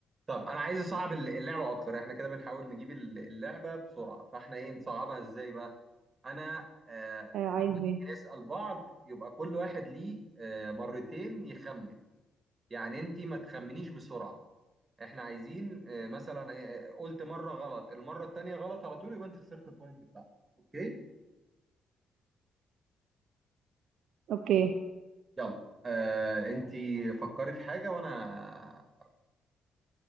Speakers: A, on the right; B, on the right.
A: طب انا عايز اصعب الل- اللعبه اكتر احنا كده بنحاول نجيب الل- اللعبه بسرعه فاحنا ايه نصعبها ازاي بقى انا آه
B: آه عايز
A: لما نيجي
B: ايه
A: نسال بعض يبقى كل واحد ليه آه مرتين يخمن يعني انت ما تخمنيش بسرعه احنا عايزين آه مثلا آه قلت مره غلط المره التانيه غلط على طول يبقى انت خسرت البوينت بتاعتك اوكي
B: اوكي
A: يلا آه انت فكري في حاجه وانا